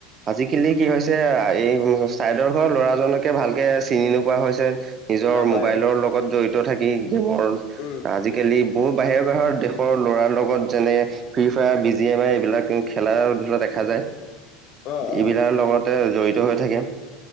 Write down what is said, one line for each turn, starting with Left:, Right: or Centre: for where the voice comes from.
Right: আজিকালি কি হৈছে এই চাইডৰ ঘৰৰ ল'ৰাজনকে ভালকে চিনি নোপোৱা হৈছে নিজৰ
Left: নাপায়
Right: মোবাইলৰ লগত জড়িত থাকি গেমৰ
Left: উম
Right: আজিকালি বহুত বাহিৰৰ, বাহিৰৰ দেশৰ ল'ৰাৰ লগত যেনে ফ্ৰীফায়াৰ বিজি এম আই এইবিলাক খেলা ধূলা দে খা যায়,
Left: অ অ
Right: এইবিলাৰ লগতে জড়িত হৈ থাকে।